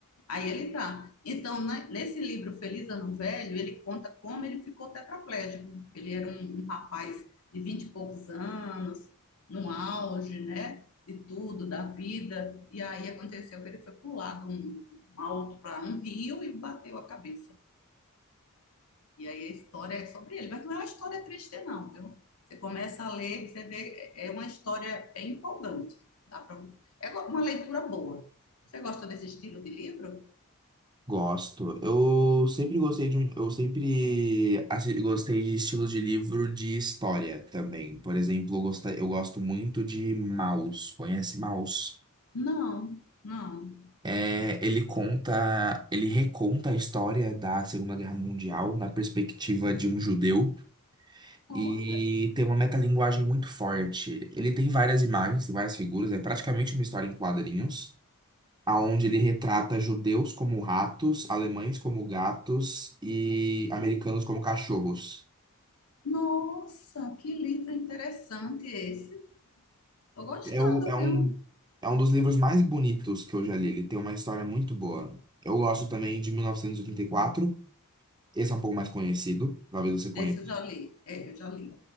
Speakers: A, on the left; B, on the right.
A: Aí ele tá. Então, né, nesse livro Feliz Ano Velho, ele conta como ele ficou tetraplégico. porque Ele era um, um rapaz de vinte e poucos anos, no auge, né? De tudo, da vida. E aí aconteceu que ele foi pular de um alto para um rio e bateu a cabeça. E aí a história é sobre ele, mas não é uma história triste, não, viu? Você começa a ler, você vê, é uma história bem empolgante. Dá pra... um, É uma leitura boa. Você gosta desse estilo de livro?
B: Gosto. Eu sempre gostei de um, eu sempre assi- gostei de estilos de livro de história também. Por exemplo, eu gosto, eu gosto muito de Maus. Conhece Maus?
A: Não, não.
B: É, ele conta, ele reconta a história da Segunda Guerra Mundial na perspectiva de um judeu
A: Olha,
B: e tem uma metalinguagem muito forte. Ele tem várias imagens, tem várias figuras, é praticamente uma história em quadrinhos, aonde ele retrata judeus como ratos, alemães como gatos e americanos como cachorros.
A: nossa, que livro interessante esse. Tô gostando,
B: É, o- é um,
A: viu?
B: é um dos livros mais bonitos que eu já li, ele tem uma história muito boa. Eu gosto também de 1984 Esse é um pouco mais conhecido, talvez você conheça.
A: Esse eu já li. É, eu já li.